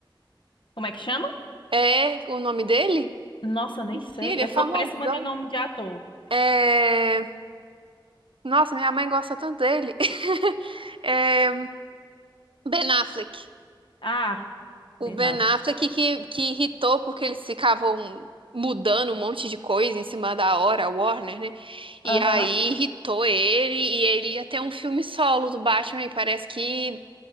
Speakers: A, on the left; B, on the right.
A: Como é que chama?
B: É o nome dele?
A: Nossa, eu nem
B: Esqueci,
A: sei.
B: ele
A: Eu
B: é famosão.
A: sou péssima de nome de ator.
B: É... Nossa, minha mãe gosta tanto dele. <laughs> É... Ben Affleck.
A: Ah, Ben
B: O Ben
A: Affleck.
B: Affleck que, que irritou porque eles ficavam mudando um monte de coisa em cima da hora, a Warner, né? E
A: Aham.
B: aí irritou ele e ele ia ter um filme solo do Batman e parece que